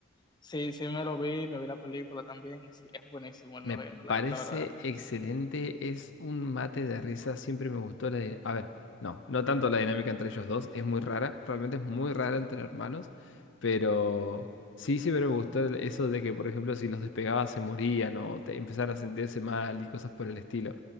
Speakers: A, on the left; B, on the left.
A: sí, sí me lo vi, me vi la película también, y sí, es buenísimo el
B: Me
A: No Game No Life,
B: parece
A: la verdad.
B: excelente, es un mate de risa, siempre me gustó la... di- A ver, no, no tanto la dinámica entre ellos dos, es muy rara, realmente es muy rara entre hermanos, pero sí, sí, pero me gustó el- eso de que, por ejemplo, si los despegabas se morían o te empezaban a sentirse mal y cosas por el estilo.